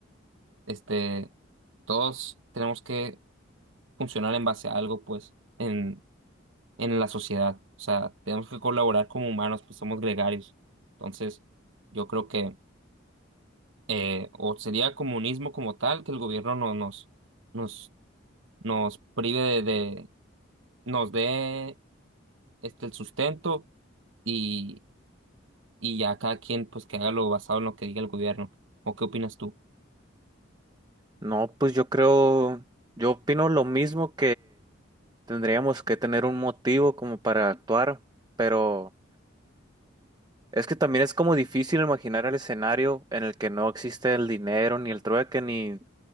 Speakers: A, on the right; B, on the right.
A: este, todos tenemos que funcionar en base a algo, pues, en, en la sociedad. O sea, tenemos que colaborar como humanos, pues somos gregarios. Entonces, yo creo que eh, o sería comunismo como tal, que el gobierno no, nos, nos, nos prive de, de- nos dé este, el sustento y, y ya cada quien pues que haga lo basado en lo que diga el gobierno. ¿O qué opinas tú?
B: No, pues yo creo, yo opino lo mismo Tendríamos que tener un motivo como para actuar, pero es que también es como difícil imaginar el escenario en el que no existe el dinero, ni el trueque, ni